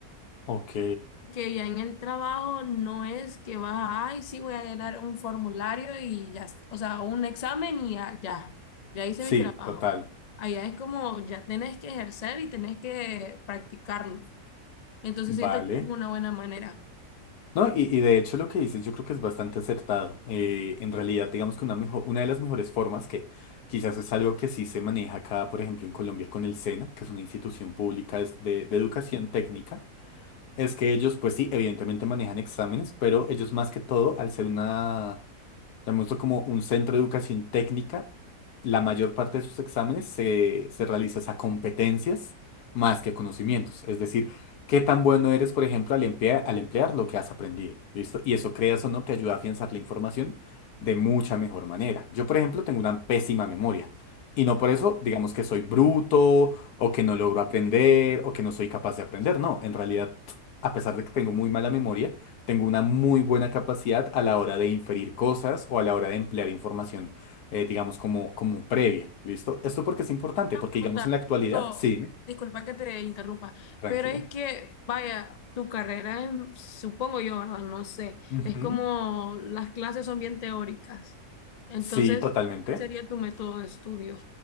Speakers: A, on the left; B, on the left.
A: Ok,
B: Porque ya en el trabajo no es que vas a, ay, sí, voy a llenar un formulario y ya, o sea, un examen y ya, ya, ya hice
A: sí,
B: mi trabajo.
A: total.
B: Allá es como, ya tenés que ejercer y tenés que practicarlo. Entonces siento
A: Vale.
B: que es una buena manera.
A: No, y, y de hecho lo que dices yo creo que es bastante acertado. Eh, en realidad, digamos que una, mejo- una de las mejores formas que quizás es algo que sí se maneja acá, por ejemplo, en Colombia con el SENA, que es una institución pública es de, de educación técnica, es que ellos, pues sí, evidentemente manejan exámenes, pero ellos más que todo, al ser una le muestro como un centro de educación técnica. La mayor parte de sus exámenes se, se realiza es a competencias más que a conocimientos. Es decir, qué tan bueno eres, por ejemplo, al emplear, al emplear lo que has aprendido. ¿Listo? Y eso, creas o no, te ayuda a afianzar la información de mucha mejor manera. Yo, por ejemplo, tengo una pésima memoria. Y no por eso, digamos que soy bruto, o que no logro aprender, o que no soy capaz de aprender. No, en realidad, a pesar de que tengo muy mala memoria, tengo una muy buena capacidad a la hora de inferir cosas o a la hora de emplear información, eh, digamos, como, como previa. ¿Listo? Esto porque es importante,
B: una
A: porque
B: pregunta,
A: digamos en la actualidad,
B: pero
A: sí,
B: disculpa que te interrumpa,
A: tranquila.
B: pero es que, vaya, tu carrera, en- supongo yo, ¿verdad? No sé,
A: Ujú.
B: es como las clases son bien teóricas. Entonces,
A: Sí, totalmente.
B: ¿cuál sería tu método de estudio?